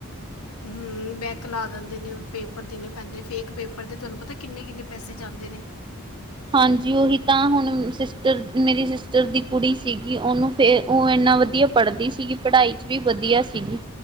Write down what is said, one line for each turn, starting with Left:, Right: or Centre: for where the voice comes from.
Left: ਹੂੰ ਬੈਕ ਲਾ ਦਿੰਦੇ ਨੇ ਪੇਪਰ ਦੇਣੇ ਪੈਂਦੇ, ਫੇਕ ਇਕ ਪੇਪਰ ਦੇ ਤੁਹਾਨੂੰ ਪਤਾ ਕਿੰਨੇ-ਕਿੰਨੇ ਪੈਸੇ ਜਾਂਦੇ ਨੇ।
Right: ਹਾਂਜੀ, ਉਹੀ ਤਾਂ ਹੁਣ ਸਿਸਟਰ ਮੇਰੀ ਸਿਸਟਰ ਦੀ ਕੁੜੀ ਸੀਗੀ ਉਹਨੂੰ ਫਿਰ ਉਹ ਇੰਨਾ ਵਧੀਆ ਪੜ੍ਹਦੀ ਸੀਗੀ, ਪੜ੍ਹਾਈ ਚ ਵੀ ਵਧੀਆ ਸੀਗੀ